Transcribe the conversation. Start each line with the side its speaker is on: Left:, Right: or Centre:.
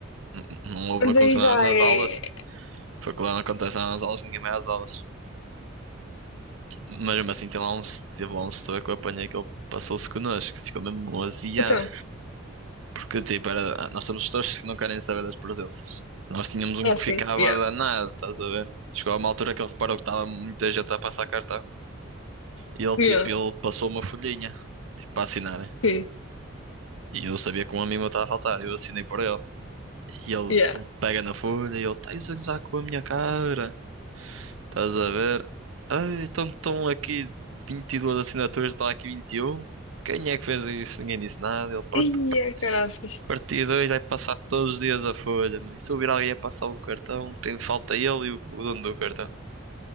Right: n- n- Não houve
Left: Mas
Right: não aconteceu
Left: daí já
Right: nada nas
Left: é.
Right: aulas. Faculdade não acontece nada nas aulas, ninguém vai às aulas. Mas mesmo assim, tem lá um, teve lá um setor que eu apanhei que ele passou-se connosco, ficou mesmo aziado.
Left: Então,
Right: Porque, tipo, era, nós temos setores que não querem saber das presenças. Nós tínhamos um
Left: ah,
Right: que
Left: sim.
Right: ficava
Left: Yeah.
Right: danado, estás a ver? Chegou a uma altura que ele reparou que estava muita gente a passar cartão e ele,
Left: Yeah.
Right: tipo, ele passou uma folhinha, tipo, para assinarem.
Left: Sim.
Right: E eu sabia que um amigo meu estava a faltar, eu assinei por ele. E ele,
Left: Yeah.
Right: ele pega na folha e ele, estás a gozar com a minha cara. Estás a ver? Ai, então estão aqui 22 assinaturas, está aqui vinte e um Quem é que fez isso? Ninguém disse nada. Ele, pronto,
Left: Ia,
Right: par-
Left: caraças.
Right: partido 2 vai passar todos os dias a folha. Mano. E se ouvir alguém a passar o cartão, tem falta ele e o, o dono do cartão.